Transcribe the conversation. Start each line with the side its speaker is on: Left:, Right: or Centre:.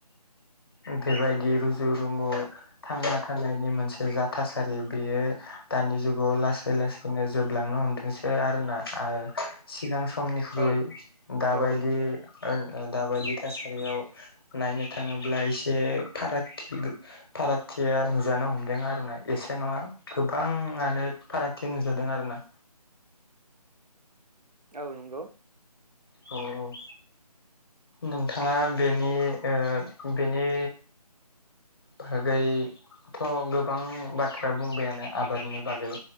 Left: बेबायदि रुजु रुमु थांना थानायनि मोनसे जा थासारि बेयो दानि जुगाव लासै लासैनो जोबलांनो हमदोंसो आरोना सिगां समनिख्रुइ
Right: औ
Left: दाबायदि
Right: औ
Left: दाबायदि थासारियाव नायनो थाङोब्ला एसे फारागथि फारागथिया नुजानो हमदों आरो ना एसे नङा गोबाङानो फारागथि नुजादों आरो ना
Right: औ नंगौ।
Left: औ। नोंथाङा बेनि बेनि बागैथ' गोबां बाथ्रा बुंबायानो आबादनि बागै